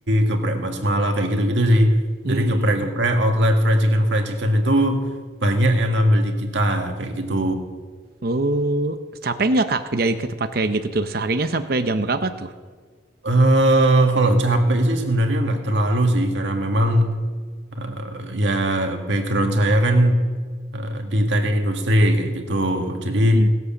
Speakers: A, on the right; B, on the right.
A: geprek basmala, kayak gitu-gitu sih.
B: Hmm.
A: Jadi geprek-geprek, outlet fried chicken, fried chicken itu banyak yang ngambil di kita, kayak gitu.
B: Oh, capek nggak kak kerja di tempat kayak gitu tuh? Seharinya sampai jam berapa tuh?
A: eh kalau capek sih sebenarnya nggak terlalu sih karena memang eh, ya background saya kan eh, di teknik industri kayak gitu. Jadi
B: Hmm.